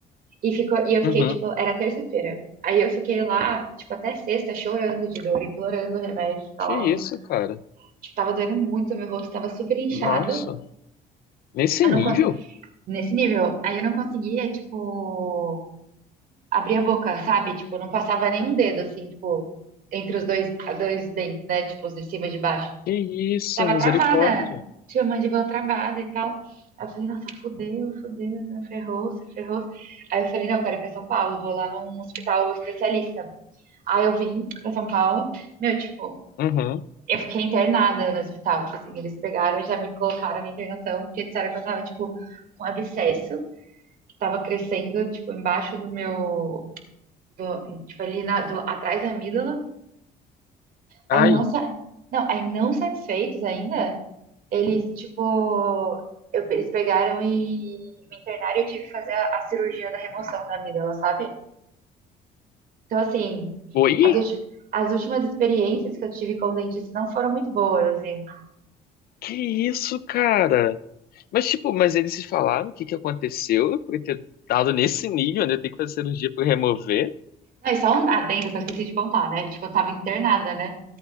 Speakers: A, on the right; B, on the left.
A: E, ficou, e eu
B: Uhum.
A: fiquei, tipo, era terça-feira. Aí eu fiquei lá, tipo, até sexta, chorando de dor, implorando o remédio. Tipo,
B: Que
A: ela não,
B: isso, cara?
A: tipo, tava doendo muito, meu rosto tava super inchado.
B: Nossa, nesse
A: Eu
B: nível?
A: não nesse nível. Aí eu não conseguia, tipo, abrir a boca, sabe? Tipo, não passava nenhum dedo, assim, tipo, entre os dois, dois dentes, né? Tipo, os de cima e de baixo.
B: Que isso,
A: Tava
B: misericórdia.
A: travada, tinha a mandíbula travada e tal. Aí eu falei, nossa, fudeu, fudeu, né? Ferrou-se, ferrou Aí eu falei, não, eu quero ir pra São Paulo, vou lá num hospital especialista. Aí eu vim pra São Paulo, meu, tipo,
B: Uhum.
A: eu fiquei internada no hospital. Tipo assim, eles pegaram e já me colocaram na internação, porque disseram que eu tava, tipo, com abscesso tava crescendo, tipo, embaixo do meu, do- tipo, ali na, do- atrás da amígdala. Aí
B: Ai.
A: não, sa- não, aí não satisfeitos ainda, eles, tipo, eu- eles pegaram e me internaram e eu tive que fazer a, a cirurgia da remoção da amígdala, sabe? Então, assim,
B: Oi?
A: as, ulti- as últimas experiências que eu tive com dentista não foram muito boas, assim.
B: Que isso, cara? Mas, tipo, mas eles se falaram o que que aconteceu por ter dado nesse nível, né? Tem que fazer cirurgia pra remover?
A: Não, e só um adendo que eu esqueci de contar, né? Tipo, eu tava internada, né?